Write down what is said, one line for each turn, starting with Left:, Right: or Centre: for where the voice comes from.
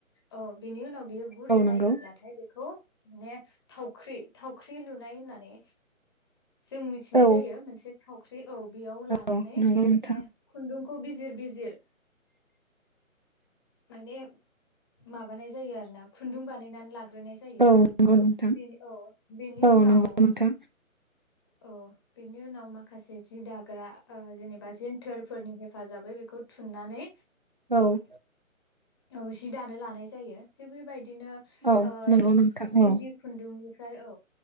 Left: औ। बेनि उनाव बियो गुरै
Right: औ नंगौ
Left: जायोब्लाथाय बेखौ माने थाव थावख्रि थावख्रि लुनाय होननानै जों मिथिनाय
Right: औ
Left: जायो मोनसे थावख्रि औ बेयाव लानानै
Right: औ नंगौ नोंथां
Left: माने खुन्दुंखौ बिजिर बिजिर माइने माबानाय जायो आरोना खुन्दुं बानायनानै लाग ग्रोनाय जायो
Right: औ नंगौ नोंथां
Left: बिनि औ बिनि
Right: औ
Left: उनाव
Right: नंगौ नोंथां
Left: औ बिनि उनाव माखासे जि दाग्रा ओ जेनेबा जेन्थोरफोरनि हेफ हेफाजाबै बेखौ थुननानै
Right: औ।
Left: औ जि दानो लानाय जायो थिग बेबायदिनो
Right: औ
Left: ओ
Right: नंगौ नोंथां औ
Left: इन्दि खुन्दुंनिफ्राय औ